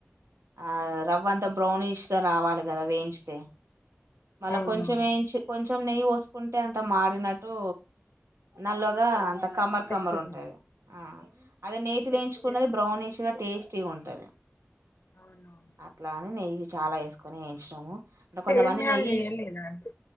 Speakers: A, on the right; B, on the left.
A: ఆ రవ్వ అంతా బ్రౌనిష్ గా రావాలి కదా వేయించితే మళ్ళ
B: అవునవును
A: కొంచెం వేయించి కొంచ్ కొంచం నెయ్యి పోసుకుంటే అంత మాడినట్టు నల్లగా అంత కమ్మర్
B: టేస్ట్
A: కమ్మర్ ఉంటది ఆ అదే నేతి లేేయించుకున్నది
B: ఎక్కువ
A: బ్రౌనిష్ గా టేస్టీగ ఉంటది
B: అవునవును
A: అట్లా అని నెయ్యి చాలా వేసుకొని వేయించడంము అంటే
B: సేమ్యాలు
A: కొంతమంది నెయ్యి
B: చేయలేదా
A: ఇష్
B: అండి